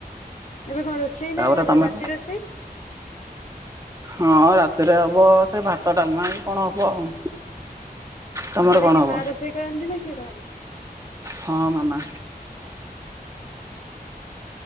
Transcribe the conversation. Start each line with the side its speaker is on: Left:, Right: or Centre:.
Left: ଏବେ କଣ ରୋଷେଇ
Right: ତାପରେ
Left: ନା
Right: ତମେ
Left: ରାତି ରୋଷେଇ?
Right: ହଁ ରାତିରେ ହବ ସେ ଭାତ ଡାଲମା କି କଣ ହବ ଆଉ। ତମର
Left: ଘରେ
Right: କଣ
Left: କିଏ
Right: ହବ?
Left: ମା ରୋଷେଇ କରନ୍ତି ନା କିଏ କରନ୍ତି?
Right: ହଁ ମାମା।